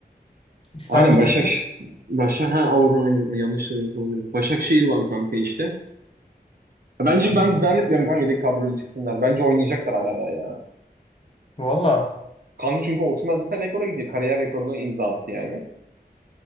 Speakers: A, on the left; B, on the right.
A: İstanbul
B: Aynen Başakşehir.
A: takımı.
B: Başak ha oradan aynen yanlış söylemiş olabilirim. Başakşehir var kanka işte. Ya Bence
A: Hmm.
B: ben zannetmiyorum kanka yedek kadroyla çıksınlar. Bence oynayacaklar hala daha ya.
A: Valla.
B: Kanka çünkü Osimhen zaten rekora gidiyor. Kariyer rekorunu imza attı yani.